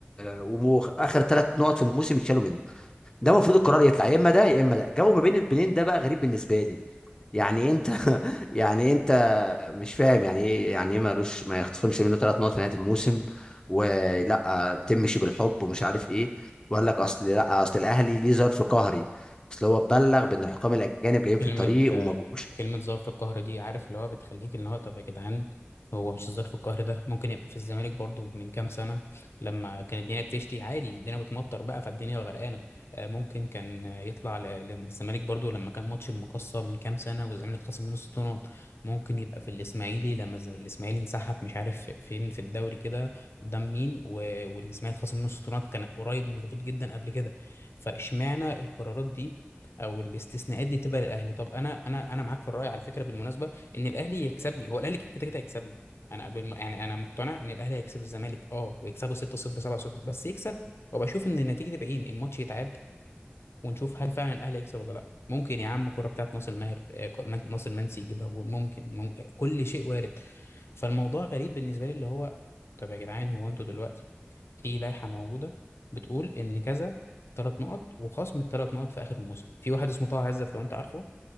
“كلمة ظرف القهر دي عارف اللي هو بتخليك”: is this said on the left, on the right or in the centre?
Left